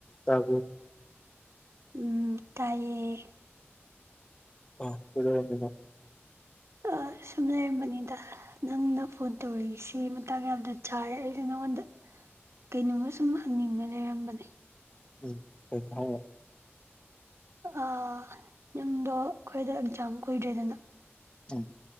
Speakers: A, on the left; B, on the right.
A: ꯇꯥꯕꯨꯣ
B: ꯎꯝ ꯇꯥꯏꯦ
A: ꯑ ꯀꯗꯗ
B: ꯑ ꯁꯨꯝ ꯂꯩꯔꯝꯕꯅꯤꯗ ꯅꯪꯅ ꯐꯣꯟ ꯇꯧꯔꯛꯏꯁꯤ ꯃꯇꯥꯡ ꯌꯥꯝꯗ ꯆꯥꯔꯦ ꯑꯩꯁꯨ ꯅꯪꯉꯣꯟꯗ ꯀꯩꯅꯣꯝꯃ ꯁꯨꯝ ꯍꯪꯅꯤꯡꯕ ꯂꯩꯔꯝꯕꯅꯦ
A: ꯎꯝ ꯀꯠꯇ
B: ꯑ ꯅꯪꯗꯣ ꯑꯩꯈꯣꯏꯗ ꯑꯦꯛꯖꯥꯝ ꯀꯨꯏꯗ꯭ꯔꯦꯗꯅ
A: ꯎꯝ